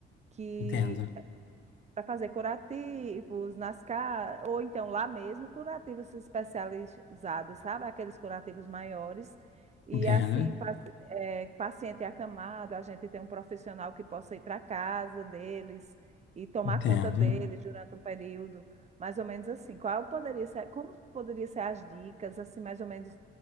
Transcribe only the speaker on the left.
Entendo,
entendo,
entendo.